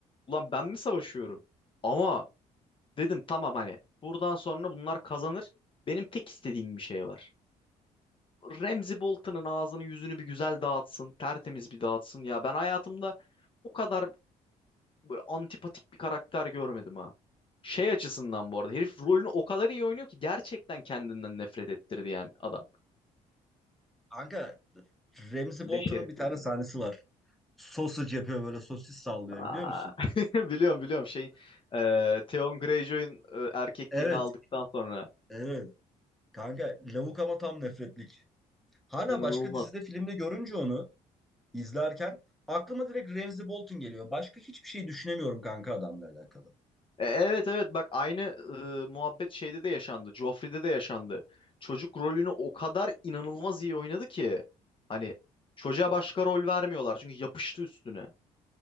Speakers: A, on the left; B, in the centre.
A: Ulan ben mi savaşıyorum? Ama Dedim tamam hani buradan sonra bunlar kazanır. Benim tek istediğim bir şey var. Ramsey Bolton'un ağzını yüzünü bir güzel dağıtsın. Tertemiz bir dağıtsın. Ya ben hayatımda o kadar böyle antipatik bir karakter görmedim ha. Şey açısından bu arada herif rolünü o kadar iyi oynuyor ki gerçekten kendinden nefret ettirdi yani adam.
B: Kanka Ramsey
A: Leş
B: Bolton'un
A: herif
B: bir tane
A: ya.
B: sahnesi var. Sausage yapıyor böyle sosis sallıyor
A: Aa.
B: biliyor musun?
A: <laughs> Biliyorum biliyorum şeyin e, Theon Greyjoy'un e, erkekliğini
B: Evet,
A: aldıktan sonra
B: evet. Kanka lavuk ama tam nefretlik. Hala
A: inanılmaz.
B: başka dizide filmde görünce onu izlerken aklıma direkt Ramsey Bolton geliyor. Başka hiçbir şey düşünemiyorum kanka adamla alakalı.
A: E, Evet evet bak aynı e, muhabbet şeyde de yaşandı. Joffrey'de de yaşandı. Çocuk rolünü o kadar inanılmaz iyi oynadı ki hani çocuğa başka rol vermiyorlar çünkü yapıştı üstüne.